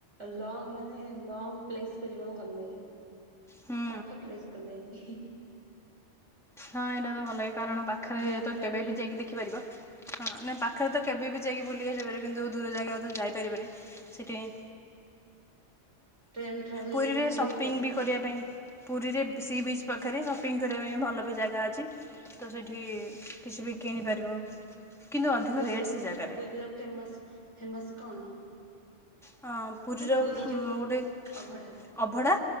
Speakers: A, on the right; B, in the centre.
A: ଲଙ୍ଗ ମାନେ ଲଙ୍ଗ ପ୍ଲେସ୍କୁ ଯିବାକୁ ଭଲ ଲାଗେ।
B: ହୁଁ
A: ପାଖ ପ୍ଲେସ୍କୁ ନେଇକି ହିଁ।
B: ହଁ ଏଇଟା ପା ଭଲାଗେ। କାରଣ ପାଖରେ
A: ଟ୍ରେନ୍
B: ତ
A: ଟ୍ରାଭେଲିଂ
B: କେବେ ବି ଯାଇକି ଦେଖିପାରିବ ହଁ ନା ପାଖରେ ତ କେବେ ବି ଯାଇକି ବୁଲିକି ଆସିପାରେ କିନ୍ତୁ ଦୂର ଜାଗାକୁ ତ ଯାଇପାରିବନି ସେଥିପାଇଁ
A: ଟ୍ରେନ୍ ଟ୍ରାଭେଲିଂ
B: ପୁରୀରେ
A: ମତେ
B: ସପିଙ୍ଗ
A: ବହୁତ ପସନ୍ଦ
B: ବି କରିବା ପାଇଁ ପୁରୀରେ ସି ବିଚ୍ ପାଖରେ ସପିଙ୍ଗ କରିବା ପାଇଁ ଭଲ ବି ଜାଗା ଅଛି। ତ ସେଠି କିଛି ବି କିଣିପାରିବ କିନ୍ତୁ ଅଧିକ
A: ପୁରୀର
B: ରେଟ୍ ସେ ଜାଗାରେ।
A: ପୁରୀର ଫେମସ୍ ଫେମସ୍ କଣ?
B: ହଁ ପୁରୀର
A: ଯୋଉ ପୁରୀ
B: ମୁଁ
A: ଯୋଉ
B: ଗୋଟେ
A: ଅଭଡ଼ା
B: ଅଭଡ଼ା